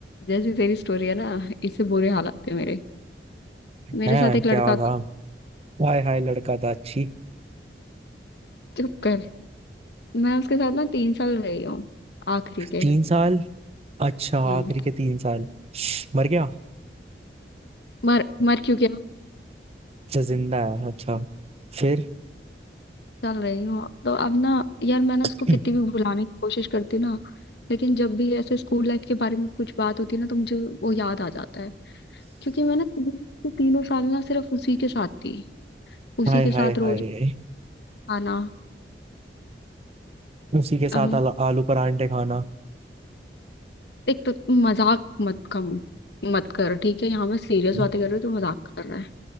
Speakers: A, on the left; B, on the right.
A: जैसी तेरी स्टोरी है ना इससे बुरे हालात थे मेरे मेरे
B: है
A: साथ एक लड़का
B: क्या था
A: था
B: हाय हाय लड़का था अच्छी
A: चुप कर मैं उसके साथ ना तीन साल रही हूँ आखिरी के
B: तीन साल अच्छा
A: हम्म
B: आखिरी के तीन साल मर गया
A: मर मर क्यों गया
B: अच्छा जिंदा है अच्छा फिर <clears throat>
A: चल रही हूँ तो अब ना यार मैं ना उसको
B: हम्म,
A: कितनी भी भुलाने की कोशिश करती हूँ ना लेकिन जब भी ऐसे स्कूल लाइफ के बारे में कुछ बात होती है ना तो मुझे वो याद आ जाता है क्योंकि मैं ना तीनों तीनों साल ना सिर्फ उसी के साथ थी उसी
B: हाय
A: के
B: हाय
A: साथ रोज
B: हाय
A: आना
B: उसी के साथ
A: हम
B: आलू, आलू परांठे खाना
A: एक तो तुम मजाक मत कम मत कर ठीक है यहाँ मैं सीरियस
B: हम्म
A: बातें कर रही हूँ तो मजाक कर रहा है